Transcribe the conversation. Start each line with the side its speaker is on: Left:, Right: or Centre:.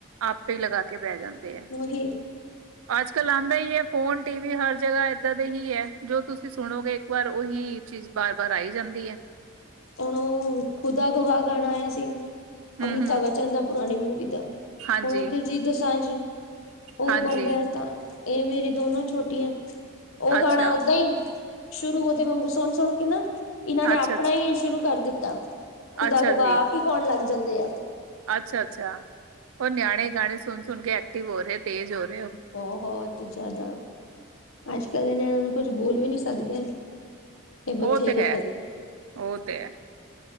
Right: ਆਪੇ ਹੀ ਲਗਾ ਕੇ ਬਹਿ ਜਾਂਦੇ ਆ।
Left: ਉਹੀ।
Right: ਅੱਜ - ਕੱਲ ਆਂਦਾ ਹੀ ਹ ਫੋਨ ਟੀ ਵੀ ਹਰ ਜਗਹਾ ਏਦਾਂ ਦੇ ਹੀ ਹੈ ਜੋ ਤੁਸੀਂ ਸੁਣੋਗੇ ਇੱਕ ਵਾਰ ਉਹੀ ਚੀਜ਼ ਬਾਰ - ਬਾਰ ਆਈ ਜਾਂਦੀ ਹ।
Left: ੳਨੂੰ ਖੁਦਾ ਗਵਾਹ ਗਾਣਾ ਆਇਆ ਸੀ।
Right: ਹੂੰ
Left: ਅਮਿਤਾ
Right: ਹੂੰ
Left: ਬਚਨ ਦਾ ਪੁਰਾਣੀ ਮੂਵੀ ਦਾ
Right: ਹਾਂਜੀ
Left: ਹੁਣ ਦਿਲਜੀਤ ਦੋਸਾਂਝ। ਓ
Right: ਹਾਂਜੀ
Left: ਗੌਦਾ ਤਾਂ ਏ ਮੇਰੀ ਦੋਨਾਂ ਛੋਟੀਆਂ ਓ
Right: ਅੱਛਾ
Left: ਗਾਣਾ ਓਦਾਂ ਈ ਸ਼ੁਰੂ ਉਦੇ ਵਾਂਗੂ ਸੋਣ-ਸੋਣ ਕੇ ਨਾ ਇਨਾਂ ਨੇ
Right: ਅੱਛਾ
Left: ਆਪਣਾ
Right: ਅੱਛਾ
Left: ਈ ਸ਼ੁਰੂ ਕਰ ਦਿੱਤਾ। ਖੁਦਾ
Right: ਅੱਛਾ
Left: ਗਵਾਹ
Right: ਜੀ
Left: ਆਪ ਈ ਗਾੳਣ ਲੱਗ ਜਾਂਦੇ ਆ।
Right: ਅੱਛਾ - ਅੱਛਾ, ਹੁਣ ਨਿਆਣੇ ਗਾਣੇ ਸੁਣ-ਸੁਣ ਕੇ ਐਕਟਿਵ ਹੋ ਰਏ, ਤੇਜ਼ ਹੋ ਰ
Left: ਬਹੁਤ ਜਾਂਦਾ ਅੱਜ-ਕੱਲ ਦੇ ਨਿਆਣੇਆਂ ਨੂੰ ਕੁੱਛ ਬੋਲ ਵੀ ਨੀ ਸਕਦੇ। ਇਹ ਬਥੇਰੇ
Right: ਉਹ ਤੇ ਹੈ, ਉਹ ਤੇ ਐ।